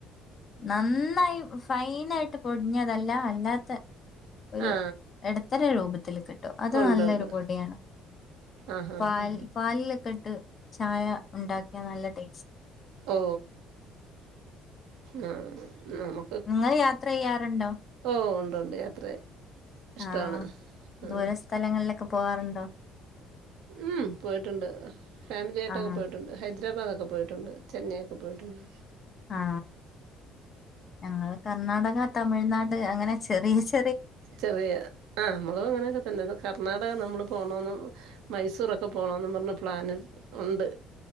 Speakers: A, on the left; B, on the right.
A: നന്നായി ഫൈൻ ആയിട്ട് പൊടിഞ്ഞതല്ല അല്ലാത്തെ ഒരു
B: ആ.
A: എടത്തര രൂപത്തി ത്തിലക്കെ <unintelligible> അത്
B: ഉണ്ട്,
A: നല്ലൊരു
B: ഉണ്ട്.
A: പൊടിയാണ്
B: ആഹാഹാഹാ.
A: പാൽ പാലിലൊക്കെ അടി ട്ട് ചായ ഒണ്ടാക്കിയ നല്ല ടേസ്റ്റ്
B: ഓ ആങ്ഹ് ആ നമ
A: നിങ്ങള് യാത്ര ചെയ്യാറുണ്ടോ
B: ഓ ഒണ്ട് ഒണ്ട് യാത്ര ഇഷ്ടമാണ്
A: ആ
B: ആ
A: ദൂര സ്ഥലങ്ങളിലൊക്കെ പോവാറുണ്ടോ
B: ഉം പോയിട്ടുണ്ട് ഫാമിലി ആയിട്ടൊക്കെ
A: ആഹ്
B: പോയിട്ടുണ്ട് ഹൈ ഹൈദ്രാബാദൊക്കെ പോയിട്ടൊണ്ട് ചെന്നെ ഒക്കെ പോയിട്ടൊണ്ട്
A: ആ ഞങ്ങള് കർണാടക തമി തമിഴ്നാട് അങ്ങനെ ചെറിയ ചെറി
B: ചെറിയ ആ നമ്മള് അങ്ങനെക്കെ തന്നെ കർണാടക നമ്മള് പോണോന്നും മൈസൂറൊക്കെ പോണോന്നും പറഞ്ഞ് പ്ലാന് ഉണ്ട്